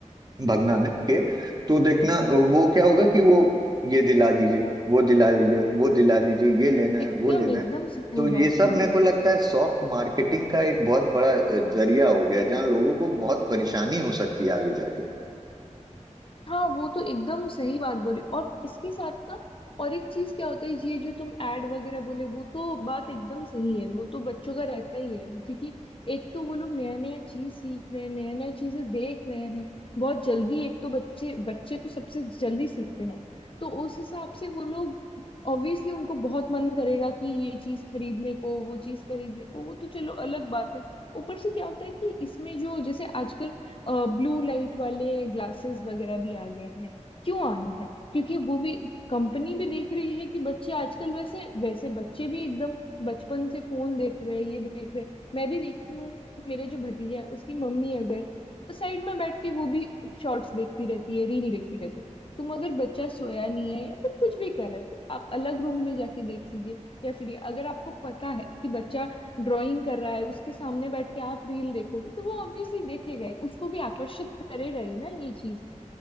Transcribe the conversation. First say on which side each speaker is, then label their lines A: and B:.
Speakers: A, on the right; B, on the left.
A: भगना में के तो देखना वो क्या होगा कि वो ये दिला दीजिए वो दिला दीजिए वो दिला दीजिए ये लेना है
B: एकदम
A: वो लेना
B: एकदम
A: है
B: सही
A: तो ये
B: बात
A: सब
B: हाँ
A: मेरे को लगता है सॉफ्ट मार्केटिंग का एक बहुत बड़ा अ, जरिया हो गया है, जहाँ लोगों को बहुत परेशानी हो सकती है आगे जाके
B: हाँ वो तो एकदम सही बात बोले और इसके साथ ना और एक चीज क्या होता है ये जो तुम एड वगैरह बोले वो तो बात एकदम सही है वो तो बच्चों का रहता ही है क्योंकि एक तो वो लोग नया नया चीज सीख रहे हैं नया नया चीजें देख रहे हैं बहुत जल्दी एक तो बच्चे बच्चे तो सबसे जल्दी सीखते हैं तो उस हिसाब से वो लोग ऑब्वियसली उनको बहुत मन करेगा कि ये चीज खरीदने को वो चीज खरीदने को वो तो चलो अलग बात है ऊपर से क्या होता है कि इसमें जो जैसे आजकल ब्लू लाइट वाले ग्लासेस वगैरह भी आ गए हैं क्यों आए हैं क्योंकि वो भी कंपनी भी देख रही है कि बच्चे आजकल वैसे वैसे बच्चे भी एकदम बचपन से फोन देख रहे हैं ये देख रहे हैं मैं भी देखती हूँ मेरे जो भतीजा है उसकी मम्मी अगर साइड में बैठ के वो भी शॉर्ट्स देखती रहती है रील देखती रहती है तुम अगर बच्चा सोया नहीं है या फिर कुछ भी कर रहा है तो आप अलग रूम में जाके देख लीजिए या फिर ये अगर आपको पता है कि बच्चा ड्राइंग कर रहा है उसके सामने बैठ के आप रील देखोगे तो वो ऑब्वियसली देखेगा ही उसको भी आकर्षित करेगा ही ना ये चीज